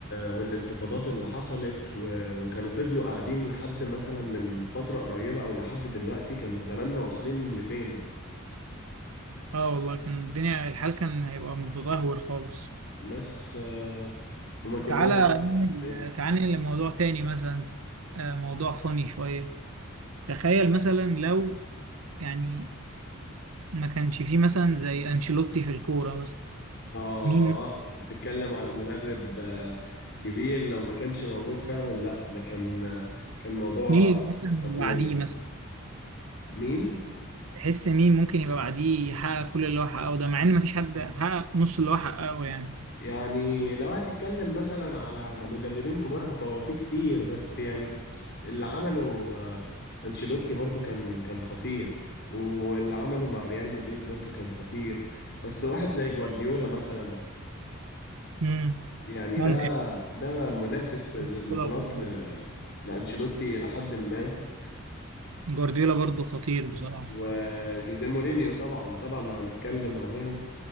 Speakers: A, on the left; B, on the right.
A: والانتفاضات اللي حصلت و... وكانوا فضلوا قاعدين لحد مثلا من فترة قريبة او لحد دلوقتي كان زماننا واصلين لفين
B: اه والله كان الدنيا الحال كان هيبقى متدهور خالص
A: بس آه، وما كناش
B: تعالى
A: بقى
B: ننقل-
A: ايه
B: تعالى ننقل لموضوع تاني مثلا آه، موضوع فاني شويه تخيل مثلا لو يعني ما كانش فيه مثلا زي انشيلوتي في الكوره مثلا
A: اه
B: مين
A: أنت بتتكلم على مدرب آه، كبير لو ما كانش موجود فعلا لا ده كان كان موضوع
B: مين مثلا
A: خطير
B: اللي بعديه
A: ده
B: مثلا
A: مين
B: تحس مين ممكن يبقى بعديه يحقق كل اللي هو حققه ده مع ان ما فيش حد حقق نص اللي هو حققه يعني
A: يعني لو هتتكلم مثلا على مدربين كبار فهو في كتير بس يعني اللي عمله آه، أنشيلوتي برضو كان كان خطير واللي عمله مع ريال مدريد برضو كان خطير بس واحد زي جوارديولا مثلا
B: امم
A: يعني
B: ممكن
A: ده ده منافس ب- للبطولات
B: جوارديولا
A: ل-
B: برضه
A: لأنشيلوتي لحد ما
B: جوارديولا برضه خطير بصراحه
A: وجوزيه مورينيو طبعا طبعا لو هنتكلم عليهم